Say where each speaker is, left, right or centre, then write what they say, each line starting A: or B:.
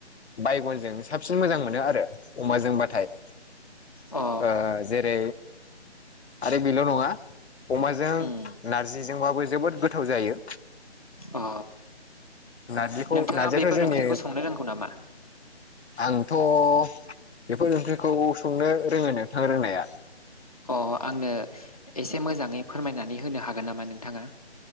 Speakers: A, on the left; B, on the left.
A: बायगनजों साबसिन मोजां मोनो आरो अमाजोंबाथाय।
B: अ
A: ओ जेरै आरो बेल' नङा अमाजों
B: उम
A: नारजिजोंबाबो जोबोद गोथाव जायो।
B: अ
A: नारजिखौ
B: नोंथाङा
A: नारजियाथ'
B: बेफोर
A: जोंनि
B: ओंख्रिखौ संनो रोंगौ नामा?
A: आंथ' बेफोर ओंख्रिखौ संनो रोङो नोंथां रोंनाया।
B: अ आंनो एसे मोजाङै फोरमायनानै होनो हागोन नामा नोंथाङा?